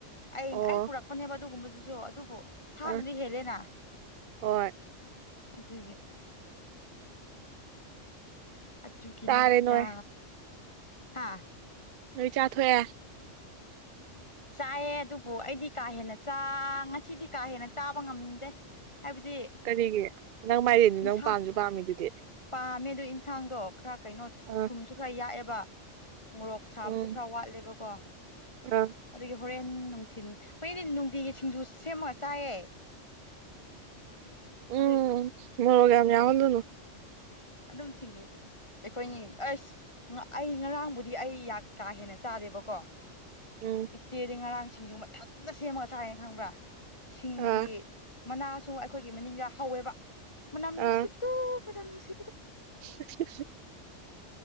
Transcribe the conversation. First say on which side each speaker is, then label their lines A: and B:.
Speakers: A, on the left; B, on the right.
A: ꯑꯩ
B: ꯑꯣ
A: ꯑꯩ ꯄꯨꯔꯛꯄꯅꯦꯕ ꯑꯗꯨꯒꯨꯝꯕꯗꯨꯁꯨ ꯑꯗꯨꯕꯨ ꯁꯥꯟꯅꯗꯤ
B: ꯑꯥ
A: ꯍꯦꯜꯂꯦꯅ
B: ꯍꯣꯏ
A: ꯑꯗꯨꯒꯤ ꯑꯗꯨꯒꯤꯅꯦꯗ
B: ꯆꯥꯔꯦ ꯅꯣꯏ
A: ꯍꯥꯥ
B: ꯅꯣꯏ ꯆꯥꯊꯣꯛꯑꯦ <unintelligible> <unintelligible>
A: ꯆꯥꯏꯌꯦ ꯑꯗꯨꯕꯨ ꯑꯩꯗꯤ ꯀꯥ ꯍꯦꯟꯅ ꯆꯥ ꯉꯁꯤꯗꯤ ꯀꯥ ꯍꯦꯟꯅ ꯆꯥꯕ ꯉꯝꯗꯦ ꯍꯥꯏꯕꯗꯤ
B: ꯀꯔꯤꯒꯤ ꯅꯪ ꯃꯥꯏꯔꯦꯟꯗꯤ ꯅꯪ
A: ꯏꯟꯁꯥꯡ
B: ꯄꯥꯝꯁꯨ ꯄꯥꯝꯃꯤꯗꯨꯗꯤ
A: ꯄꯥꯝꯃꯦ ꯑꯗꯨ ꯏꯟꯟꯁꯥꯡꯗꯣ ꯈꯔ ꯀꯩꯅꯣ
B: ꯑꯥ
A: ꯊꯨꯝꯁꯨ ꯈꯔ ꯌꯥꯛꯑꯦꯕ ꯃꯣꯔꯣꯛ ꯁꯥꯕꯁꯨ
B: ꯎꯝ
A: ꯈꯔ ꯋꯥꯠꯂꯦꯕꯀꯣ
B: ꯑꯥ
A: ꯑꯗꯨꯒꯤ ꯍꯣꯔꯦꯟ ꯅꯨꯡꯊꯤꯟ ꯑꯩꯈꯣꯏꯗꯤ ꯅꯨꯡꯇꯤꯒꯤ ꯁꯤꯡꯖꯨ ꯁꯦꯝꯃꯒ ꯆꯥꯏꯌꯦ
B: ꯎꯝ
A: ꯑꯗꯨ
B: ꯃꯣꯔꯣꯛ ꯌꯥꯝ ꯌꯥꯎꯜꯂꯨꯅꯨ
A: ꯑꯗꯨꯝ ꯁꯤꯡꯖꯨ ꯑꯩꯈꯣꯏꯅꯤ ꯑꯁ ꯑꯩ ꯉꯔꯥꯡꯕꯨꯗꯤ ꯑꯩ ꯀꯥ ꯍꯦꯟꯅ ꯆꯥꯗꯦꯕꯀꯣ
B: ꯎꯝ
A: ꯏꯆꯦꯗꯤ ꯉꯔꯥꯡ ꯁꯤꯡꯖꯨ ꯃꯊꯟꯇ ꯁꯦꯝꯃꯒ ꯆꯥꯏ ꯈꯪꯕ꯭ꯔꯥ ꯁꯤꯡꯒꯤ
B: ꯑꯥ
A: ꯃꯅꯥꯁꯨ ꯑꯩꯈꯣꯏꯒꯤ ꯃꯅꯤꯡꯗ ꯍꯧꯋꯦꯕ ꯃꯅꯝ ꯅꯨꯡꯁꯤꯕꯗꯣ
B: ꯑꯥ
A: ꯄ ꯉꯅꯨꯡꯁꯤ
B: <unintelligible> <unintelligible>